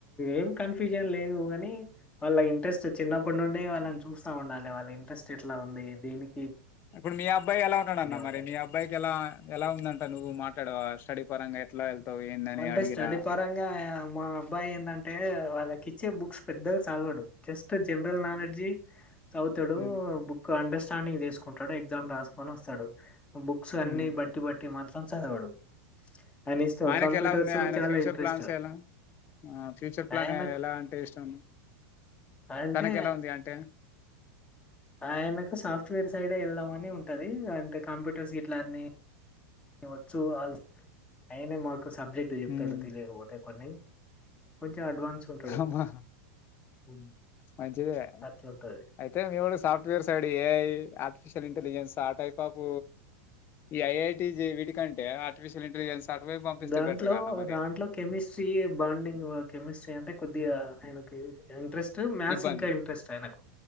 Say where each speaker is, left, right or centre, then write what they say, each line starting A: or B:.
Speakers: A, on the left; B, on the left.
A: ఏం కన్ఫ్యూజన్ లేదు గా కాని వాళ్ళ ఇంట్రెస్ట్ చిన్నప్పటి నుండి వాళ్ళని చూస్తా ఉండాలి వాళ్ళ ఇంట్రెస్ట్ ఎట్లా ఉంది దీనికి
B: ఇప్పుడు మీ అబ్బాయి ఎలా ఉన్నాడన్న మరి
A: ఉంటది.
B: మీ అబ్బాయికి ఎలా ఎలా ఉందంట నువ్వు మాట్ స్టడి పరంగా ఎట్లా ఏ తావ్ ఏందీ
A: అంటే
B: అడిగిర్రా
A: స్టడీ పరంగా మా అబ్బాయి ఏందంటే వాళ్ళకి ఇచ్చే బుక్స్ పెద్దగా చదవడు జస్ట్ జనరల్ నాలెడ్జి చదువుతాడు
B: ఉమ్,
A: బుక్ అండెస్ స్టాండింగ్ చేసుకుంటాడు ఎగ్జామ్ రాసుకొని వస్తాడు బుక్స్ అన్ని
B: ఉమ్.
A: బట్టి పట్టి మన సం సదవడు అనిష్టం
B: ఆయనకి
A: కంప్యూటర్స్
B: ఎలా ఉంది ఆయన
A: చాలా
B: ఫ్యూచర్
A: ఇంట్రెస్ట్
B: ప్లాన్స్ ఎలా ఫ్యూచర్ ప్లాన్
A: ఆయనకు
B: ఎలా అంటే ఇష్టం
A: అంటే
B: తనకి ఎలా ఉంది అంటే
A: ఆయనకు సాఫ్ట్వేర్ సైడే ఏ పని ఉంటది అంటే కంప్యూటర్స్ గిట్లా అన్ని వచ్చు ఆల్ అయనే మ కు సబ్జెక్ట్ చెప్తడు
B: ఉమ్,
A: తెలియకపోతే కొన్ని కొంచెం అడ్వాన్స్ ఉంటాడు
B: అమా
A: ఉమ్,
B: మంచిదే
A: అట్లుంటది
B: అయితే మీవాడు software side A I artificial intelligence ఆ టైప్ ఆఫ్ ఈ ఐ ఐ టి వీటి కంటే ఆర్టిఫిషియల్ ఇంటెలిజెన్స్ అటువైపు పంపిస్తే
A: దాంట్లో
B: బెటర్ గా అన్న మరి
A: దాంట్లో కెమిస్ట్రీ బాండింగ్ కెమిస్ట్రీ అంటే కొద్దిగా ఆయనకు ఇంట్రెస్ట్ మ్యాథ్స్
B: ఇబ్బంది
A: ఇంకా ఇంట్రెస్ట్ ఆయనకు